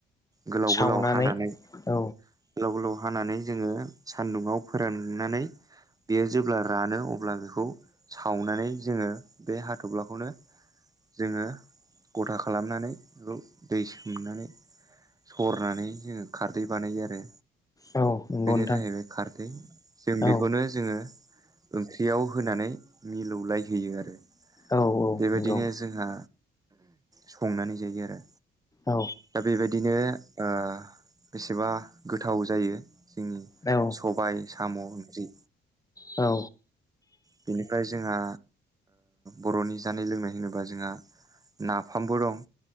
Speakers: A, on the right; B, on the left.
A: गोलाव
B: सावनानै
A: गोलाव हानानै गोलाव
B: औ
A: गोलाव हानानै जोङो सानदुंङाव फोराननानै बेयो जेब्ला रानो अब्ला बेखौ सावनानै जोङो बे हाथब्लाखौनो जोङो गथा खालामनानै बेखौ दै सोमनानै ‌ सरनानै जोङो खारदै बानायो आरो
B: औ नंगौ
A: बेनो
B: नोंथां
A: जाहैबाय खारदै जों
B: औ
A: बेखौनो जोङो ओंख्रियाव होनानै मिलौलायहोयो आरो
B: औ
A: बेबायदिनो
B: नंगौ
A: जोंहा संनानै जायो आरो
B: औ
A: दा बेबायदि बिदिनो ओ बेसेबा गोथाव जायो जोंनि
B: औ
A: सबाय साम' ओंख्रि
B: औ
A: बेनिफ्राय जोंहा बर'नि ओ जानाय लोंनाय होनोबा जोंहा नाफामबो दं